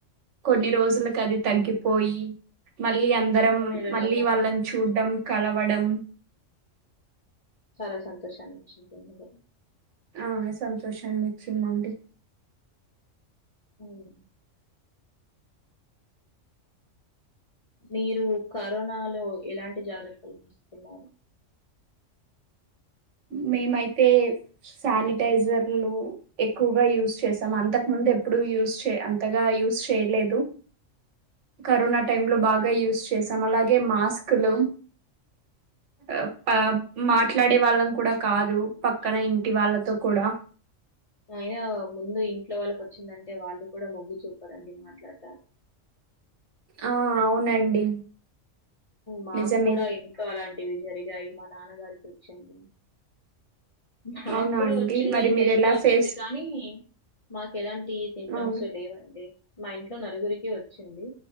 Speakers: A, on the right (about 70°); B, on the left (about 40°).
A: కొన్ని రోజులకు అది తగ్గిపోయి మళ్ళీ అందరం
B: మీరుగా
A: మళ్ళీ
B: కూడా
A: వాళ్ళని చూడ్డం కలవడం
B: చాలా సంతోషాన్ని ఇచ్చినట్టుంది కదా
A: ఆ సంతోషాన్ని ఇచ్చిమ్మండి
B: మ్ మీరు కరోనాలో ఎలాంటి జాగ్రత్తలు తీసుకున్నారు
A: మేమైతే శానిటైజర్లు ఎక్కువగా యూజ్ చేసాం అంతకు ముందు అంటే ఎప్పుడు యూస్ చే అంతగా యూజ్ చేయలేదు కరోనా టైమ్ లో బాగా యూజ్ చేశాం అలాగే మాస్క్లు అప్ ప మాట్లాడే వాళ్ళం కూడా కాదు పక్కన ఇంటి వాళ్ళతో కూడా
B: ఆయినా ముందు ఇంట్లో వాళ్ళకు వచ్చిందంటే వాళ్ళు కూడా మొగ్గు చూపారండి మాట్లాడానికి
A: ఆ అవునండి
B: మాకు
A: నిజమే
B: కూడా ఇంట్లో అలాంటివి జరిగాయి మా నాన్నగారికి వచ్చింది మాకు
A: అవునా
B: కూడా
A: అండి
B: వచ్చిందని
A: మరి మీరు
B: టెస్ట్
A: ఎలా
B: లో వచ్చింది
A: ఫేస్
B: కానీ మాకు ఎలాంటి సింటమ్స్
A: ఆ
B: లేవండి మా ఇంట్లో నలుగురికి వచి వచ్చింది